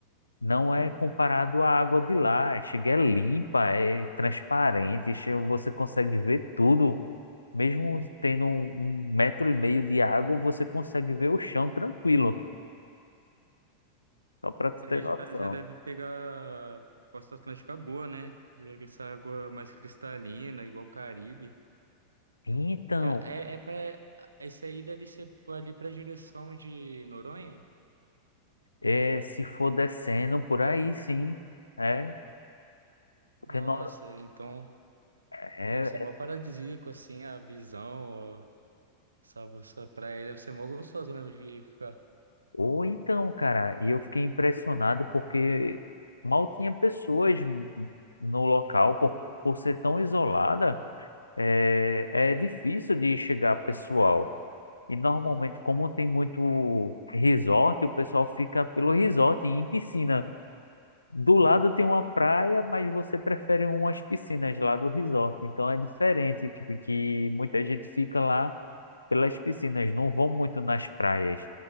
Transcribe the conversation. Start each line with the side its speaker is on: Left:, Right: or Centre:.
Left: não é comparado à água de lá. é, Chega é limpa, é transparente, che- você consegue ver tudo. Mesmo tendo um, um metro e meio de água, você consegue ver o chão tranquilo, só para tu
Right: Ali
Left: ter noção.
Right: já, já deve pegar Costa Atlântica boa, né? Já que essa água mais cristalina, igual o Caribe.
Left: Então,
Right: Que é, é é pra, esse aí deve ser ali pra direção de Noronha?
Left: É, se for descendo por aí, sim. É, porque
Right: Nossa,
Left: não,
Right: então
Left: é,
Right: deve ser mó paradisíaco assim a visão, ó. Essa, essa praia deve ser mó gostosa mesmo de ficar.
Left: ou então, cara, e eu fiquei impressionado porque mal tinha pessoas n- no local por, por ser tão isolada, é, é difícil de chegar pessoal. E normalmente, como tem muito resort, o pessoal fica pelo resort e em piscina. Do lado tem uma praia, mas você prefere umas piscinas lá do resort. Então é diferente que, que muita gente fica lá pelas piscinas, não vão muito nas praias.